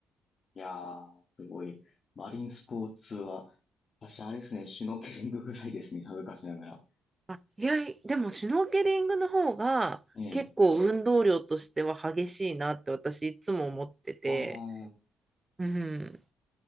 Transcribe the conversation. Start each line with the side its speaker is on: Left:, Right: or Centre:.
Left: いやー、すごい。マリンスポーツは、私あれですね、シュノーケリングぐらいですね、恥ずかしながら。
Right: あ、いや、でもシュノーケリングの方が結構運動量としては激しいなって私いつも思ってて、
Left: ええああ、
Right: うん。